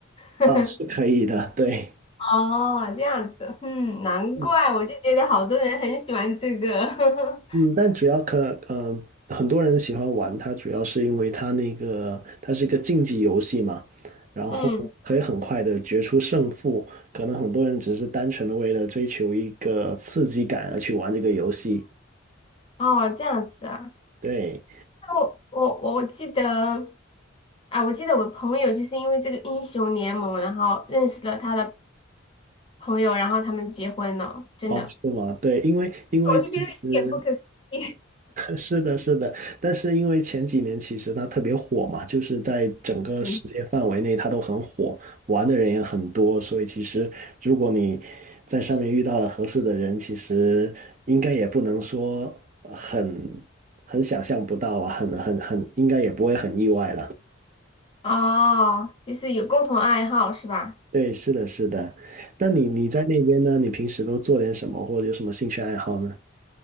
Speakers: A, on the left; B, on the right.
A: <laughs>
B: 啊，是可以的，对，
A: 哦，这样子，嗯，难怪我就觉得好多人很喜欢这个，
B: 嗯
A: <laughs>
B: 嗯，但主要可嗯，很多人喜欢玩它，主要是因为它那个它是一个竞技游戏嘛，然后可以很快的决出胜负，
A: 嗯，
B: 可能很多人只是单纯的为了追求一个刺激感而去玩这个游戏，
A: 哦，这样子啊，
B: 对，
A: 那我我我我记得啊，我记得我朋友就是因为这个英雄联盟，然后认识了他的朋友，然后他们结婚了，真的，
B: 哦，是吗？对，因为因为其实
A: 我就觉得一点不可思议。
B: 是的，是的，但是因为前几年其实它特别火嘛，就是在整个世界范围内它都很火，
A: <laughs> 嗯，
B: 玩的人也很多，所以其实如果你在上面遇到了合适的人，其实应该也不能说很很想象不到啊，很很很，应该也不会很意外了。
A: 哦，就是有共同爱好是吧？
B: 对，是的，是的。那你你在那边呢？你平时都做点什么，或者有什么兴趣爱好呢？